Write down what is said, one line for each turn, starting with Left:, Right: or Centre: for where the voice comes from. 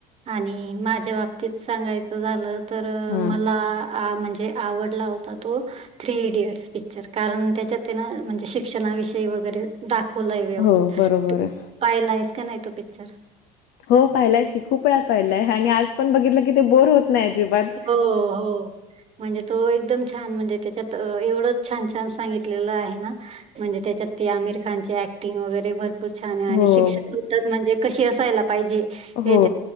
Right: आणि माझ्या बाबतीत सांगायचं झालं तर
Left: हां.
Right: मला आ म्हणजे आवडला होता तो थ्री इडियट्स पिक्चर कारण त्याच्यात त्यां ना म्हणजे शिक्षणाविषयी वगैरे दाखवलंय व्यवस्थित
Left: हो, बरोबर आहे.
Right: पाहिला आहेस का नाही तो पिक्चर
Left: हो पाहिलाय की खूप वेळा पाहिलाय आणि आज पण बघितलं की ते बोर होत. नाहीजी बात.
Right: हो, हो. म्हणजे तो एकदम छान म्हणजे त्याच्यात एवढं छान छान सांगितलेलं आहे ना. म्हणजे त्याच्यात ते आमिर खानची ऍक्टिंग वगैरे भरपूर छान आहे आणि
Left: हो,
Right: शिक्षक होतात म्हणजे कशी असायला. ेच्या
Left: हो.